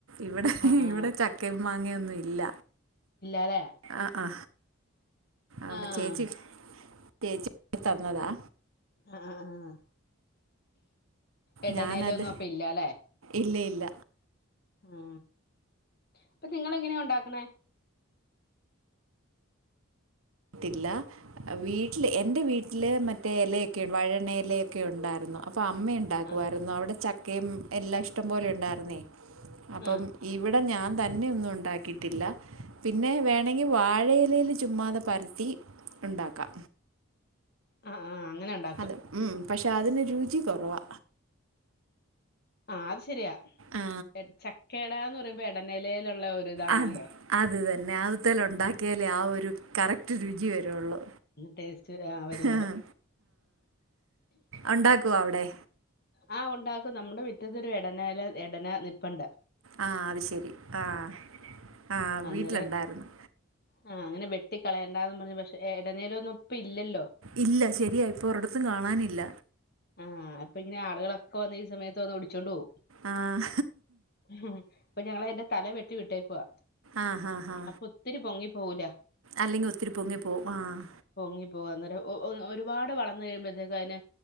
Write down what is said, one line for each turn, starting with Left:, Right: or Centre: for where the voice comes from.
Right: ഇവടെ
Left: ആഹ് ആഹ്
Right: ഇവടെ ചക്കയേം മാങ്ങ്യന്നുല്ല.
Left: അതെ.
Right: ആ ആ അപ്പൊ
Left: ആഹ്
Right: ചേച്ചി ചേച്ചി തന്നതാ.
Left: ആഹ് ആ ആഹ്. എടനേലയൊന്നും
Right: ഞാനത്
Left: അപ്പൊ ഇല്ലാലേ
Right: ഇല്ല ഇല്ല.
Left: ആ അപ്പൊ നിങ്ങളെങ്ങനെയാ ഉണ്ടാക്കണേ?
Right: ത്തില്ലാ വീട്ടില് എന്റെ വീട്ടില് മറ്റേ യലയൊക്കെ വഴനയലയൊക്കെ ഉണ്ടാർന്നു അപ്പൊ അമ്മേ ണ്ടാക്കുവാരുന്നു
Left: ആഹ്
Right: അവടെ ചക്കയും എല്ലാം ഇഷ്ടം പോലെ ഉണ്ടാർന്നേയ് അപ്പം
Left: ആഹ്
Right: ഇവിടെ ഞാൻ തന്നെയൊന്നും ഉണ്ടാക്കിട്ടില്ല, പിന്നെ വേണങ്കി വാഴയിലയിൽ ചുമ്മാത പരത്തി ഉണ്ടാക്കാ.
Left: ആ ആ അങ്ങനണ്ട
Right: അതെ ഉം പക്ഷെ അതിന് രുചി കൊറവാ.
Left: ആ അത് ശരിയാ,
Right: ആ,
Left: ചക്കേടാന്ന് പറയുമ്പോ എടനെലേലുള്ള ഒരു ഇതാണല്ലോ.
Right: അത് അത് തന്നെ അത്തല ഉണ്ടാക്കിയാലേ ആ ഒരു കറക്റ്റ് രുചി വരുള്ളു.
Left: ടേസ്റ്റ് വരുവോളു
Right: ആഹ് ഒണ്ടാക്കുവൊ അവടെ?
Left: ആഹ് ഉണ്ടാക്കും, നമ്മടെ മിറ്റത്തു ഒരു എടനല എടന നിപ്ണ്ട്.
Right: ആഹ് അത് ശരി, ആഹ് ആഹ്
Left: അന്നേരം
Right: വീട്ടിലുണ്ടാരുന്നു.
Left: ആഹ് അങ്ങനെ വെട്ടി കളയണ്ടന്ന് പറഞ്ഞു പക്ഷെ ഇടനേല ഒന്നും ഇപ്പ ഇല്ലല്ലോ.
Right: ഇല്ല ശരിയ ഇപ്പൊ ഒരിടത്തും കാണാനില്ല.
Left: ആഹ് അപ്പൊ ഇങ്ങനെ ആളുകളൊക്കെ വന്ന് ഈ സമയത്ത് വന്ന് ഒടിച്ചോണ്ട് പോവും.
Right: ആഹ്
Left: ഉം ഇപ്പൊ ഞങ്ങള് അതിന്റെ തല വെട്ടി വിട്ടേക്കുവാ.
Right: ആഹ് ഹാ ഹാ
Left: അപ്പൊ ഒത്തിരി പൊങ്ങിപ്പോവൂല.
Right: അല്ലെങ്കി ഒത്തിരി പൊങ്ങി പോകും ആഹ്
Left: പൊങ്ങി പോകും അന്നേരം ഒ ഒരുപാട് വളന്നു കഴിയുമ്പോഴത്തേക്ക് അതിന്.